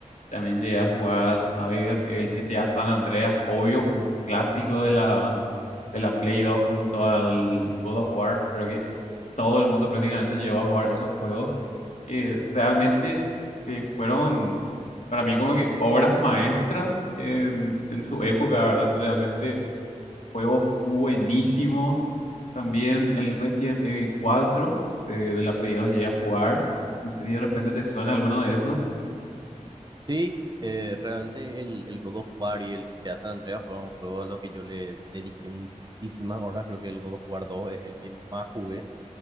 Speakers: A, on the left (about 70°); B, on the right (about 35°).
A: También llegué a jugar, a ver, el GTA San Andreas, obvio, un clásico de la, de la Play 2 junto al God of War. Creo que todo el mundo prácticamente llegó a jugar esos juegos. eh, realmente eh, fueron para mí como que obras maestras en, en su época, ¿verdad? Realmente juegos muy buenísimos. También el Resident Evil 4 eh, de la Play 2 llegué a jugar. No sé si de repente te suena alguno de esos.
B: Sí, eh, realmente el, el God of War y el que GTA San Andreas fueron juegos a los que yo le dediqué muchísimas horas. Creo que el God of War 2 es el que más jugué.